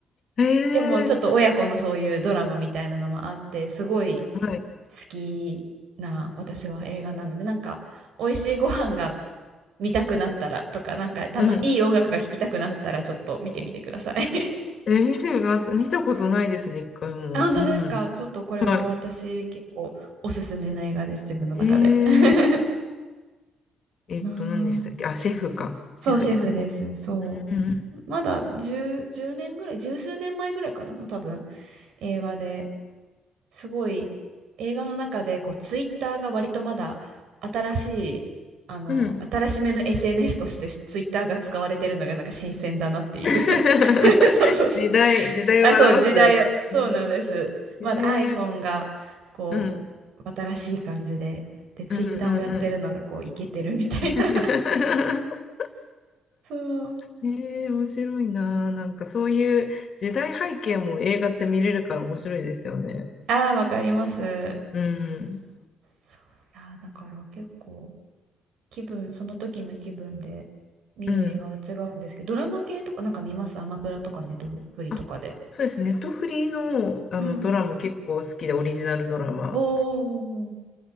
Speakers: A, on the left (about 50°); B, on the right (about 75°).
A: ー、え
B: でもちょっと親子のそういうドラマみたいなのもあってすごい
A: ー、はい。
B: 好きな私は映画なのでなんか美味しいご飯が見たくなったらとかなんかたのいい音楽が聴きたくなったらちょっと見てみてください
A: うん。えー、見てみます。見たことないですね、一回も。
B: <laughs> あ本当ですかちょっとこれは私結構おすすめな映画です自分の中で
A: うん。はい。えー、
B: <laughs>
A: えっと、
B: なあ
A: 何でしたっけあ、シェフか。
B: そうシェフですそ
A: シェフですね。うん
B: うまだ10、年ぐらい十数年前ぐらいかなの多分映画ですごい映画の中でこうツイッターが割とまだ新しいあの新しめの
A: うん。うん
B: SNS としてツイッターが使われてるのがなんか新鮮だなっていう
A: <laughs>
B: <laughs> そうそうそう
A: 時代、時代を表す。
B: あそう時代をそうなんですまだ
A: うんえー、
B: iPhone がこ
A: うん、
B: う新しい感じででツイッターをやってるのがこうイケてるみたいな
A: うん、うんうん。<laughs>
B: <laughs> そう
A: えー、面白いな。なんかそういう時代背景も映画って見れるから面白いですよね。
B: ああーわかります
A: うん、
B: そういやーだから結構気分、その時の気分で見る映画は違うんですけど、
A: うん。
B: ドラマ系とかなんか見ますアマプラとかネットフリとかで。
A: あ、そうです。ネットフリーの、あのドラマ結構好きで、
B: うん。
A: オリジナルドラマ。
B: おーおーおーおー